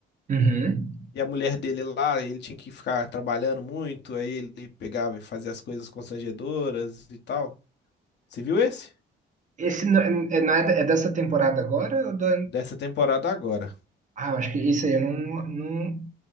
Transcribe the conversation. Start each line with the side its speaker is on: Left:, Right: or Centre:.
Right: Uhum.
Left: E a mulher dele lá, ele tinha que ficar trabalhando muito, aí ele pegava e fazia as coisas constrangedoras e tal. Você viu esse?
Right: Esse não, é, é, não é, da- é dessa temporada agora ou do
Left: Dessa temporada agora.
Right: Ah, eu acho que isso aí eu não, não...